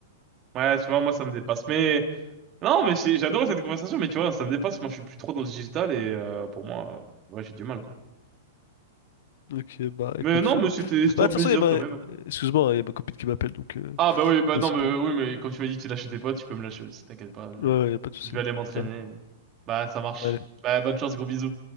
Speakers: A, on the right (about 30°); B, on the left (about 65°).
A: Ouais, tu vois, moi, ça me dépasse. Mais, non, mais c'est- j'adore cette conversation, mais tu vois, ça me dépasse. Moi, je suis plus trop dans le digital et euh, pour moi, euh, ouais, j'ai du mal, quoi.
B: Donc, euh, bah,
A: Mais
B: écoute.
A: non, mais
B: euh,
A: c'était c'était
B: Bah,
A: un
B: de toute
A: plaisir
B: façon, il y a ma...
A: quand
B: euh,
A: même.
B: Excuse-moi, hein, il y a ma copine qui m'appelle, donc... euh,
A: Ah bah oui, bah
B: on
A: non,
B: va se-
A: mais
B: Ouais,
A: oui, mais quand tu m'as dit que tu lâchais tes potes, tu peux me lâcher aussi, t'inquiète pas, je,
B: ouais, y a pas de souci.
A: je vais aller m'entraîner.
B: Allez,
A: Bah ça marche.
B: allez.
A: Bah bonne chance, gros bisous.